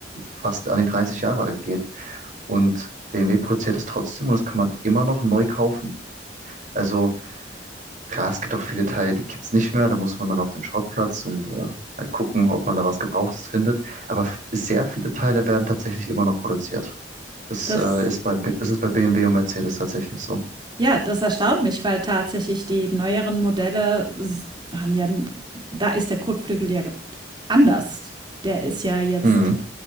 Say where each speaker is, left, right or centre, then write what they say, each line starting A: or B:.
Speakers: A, on the right (about 45°); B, on the right (about 25°).
A: fast an die 30 Jahre alt geht. Und BMW produziert es trotzdem und das kann man immer noch neu kaufen. Also Klar, es gibt auch viele Teile, die gibt's nicht mehr. Da muss man dann auf den Schrottplatz und äh, halt gucken, ob man da was Gebrauchtes findet. Aber f- sehr viele Teile werden tatsächlich immer noch produziert. Das
B: Das,
A: äh, ist bei, B- das ist bei BMW und Mercedes tatsächlich so.
B: ja, das erstaunt mich, weil tatsächlich die neueren Modelle haben ja, da ist der Kotflügel ja anders. Der ist ja jetzt,
A: Hm,